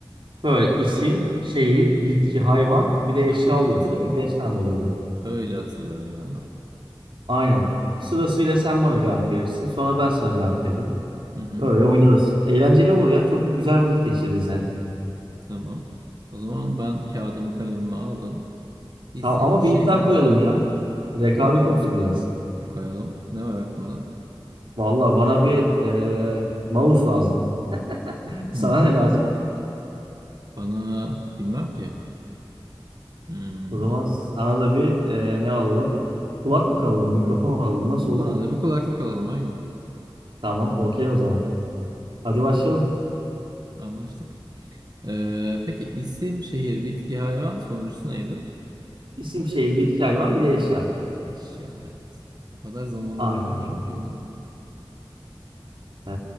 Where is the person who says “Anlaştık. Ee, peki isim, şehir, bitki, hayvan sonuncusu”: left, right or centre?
Right